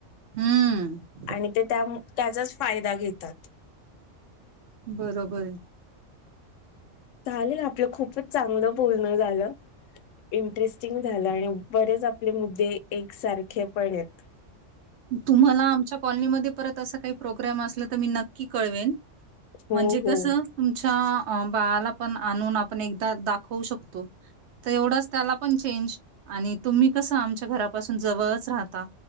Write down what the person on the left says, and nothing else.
आणि ते त्या त्याचाच फायदा घेतात
चाले ना आपलं खूपच चांगलं बोलणं झालं इंटरेस्टिंग झालं आणि बरेच आपले मुद्दे एकसारखे पण आहेत
हो
हो